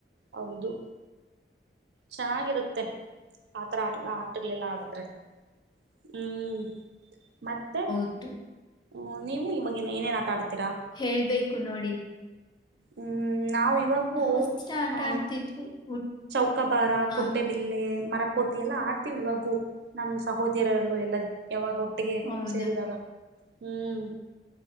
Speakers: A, on the right; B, on the left.
A: ಹೌದು ಚೆನ್ನಾಗಿರುತ್ತೆ ಆತರ ಆ ಆಟಗಳೆಲ್ಲ ಆಡದ್ರೆ ಹ್ಮ್ ಮತ್ತೆ
B: ಹ್ಞ
A: ಹ್ಮ ನೀವು ಈವಾಗಿ ಏನೇನ್ ಆಟ ಆಡ್ತೀರಾ
B: ಹೇಳ್ಬೇಕು ನೋಡಿ
A: ಹ್ಮ್ ನಾವ ಇವಾಗೂ
B: ನಾವು ಅಷ್ಟೇ ಆಟ
A: ಹ
B: ಆಡ್ತಿದ್ವಿ. ಉಟ್
A: ಚೌಕಾಬಾರ ಕುಂಟೆ.
B: ಆ
A: ಬಿಲ್ಲೆ ಮರ ಕೋತಿ ಎಲ್ಲ ಆಡ್ತೀವಿ ಇವಾಗೂ ನಮ್ಮ್ ಸಹೋದರಲ್ಲೂ ಎಲ್ಲ. ಯಾವಾಗ ಒಟ್ಟಿಗೆ
B: ಹೌದಾ?
A: ಸೇರಿದಾಗ ಹ್ಮ್